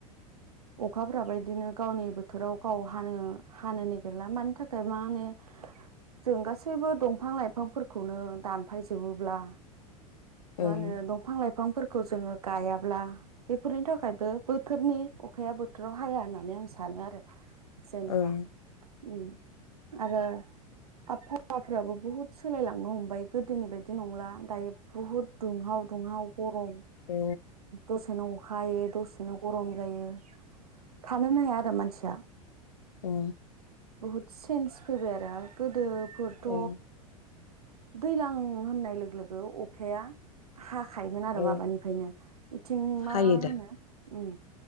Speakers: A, on the right; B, on the left.
A: अखाफ्राबो इदिनो गावनि बोथोराव गाव हानो हानो नागिरला मानि थाखाय मानो जों गासैबो दंफां लाइफांफोरखौनो दानफायजोबोब्ला
B: ओं
A: मा होनो दंफां लाइफां फोर खौ जोङो गायाब्ला बेफोरनि थाखायबो बोथोरनि अखाया बोथोराव हाया होननानै आं सानो आरो। जेनेबा
B: ओं
A: उम आरो आबफावाफ्राबो बुहुद सोलायलांनो हमबाय गोदोनि बायदि नंला दायो बुहुद दुंहाव दुंहाव गरम
B: औ
A: दसेनो खा हायो दसेनो गरम जायो। थानोनो हाया दा मानसिया।
B: औ
A: बुहुद चेन्स फैबाय आरो गोदो फोरथ
B: ओं
A: दैलां होननाय लोगो लोगो अखाया हा खायोमोन आरो
B: औ
A: माबानिफ्रायनो बिथिं मा
B: हायो दा
A: होनो उम